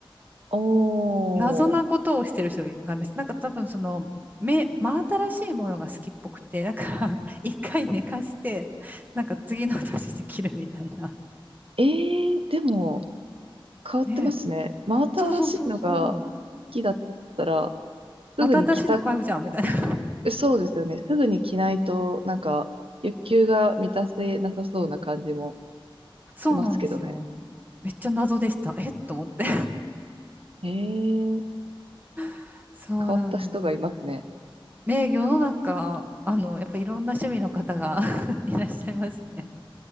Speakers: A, on the right (about 85°); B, on the right (about 20°).
A: おー。
B: 謎なことをしてる人がいます。なんか多分その、目、真新しいものが好きっぽくて、だから <laughs> 一回寝かして、なんか次の年で切るみたいな。
A: えー、でも、変わってますね。
B: ね。
A: 真新しいのが好
B: そうそうそうそう。
A: きだったら、
B: また新しいの買うじゃんみたいな。
A: すぐに着た、
B: <laughs>
A: そうですよね。すぐに着ないと、なんか、欲求が満たせなさそうな感じも
B: そうなんですよ。
A: しますけどね。
B: めっちゃ謎でした。えっと思って。
A: へえ、変
B: <laughs> そうなんですよ。
A: わった人がいますね。
B: ね、世の中、あの、やっぱいろんな趣味の方が <laughs> いらっしゃいますね。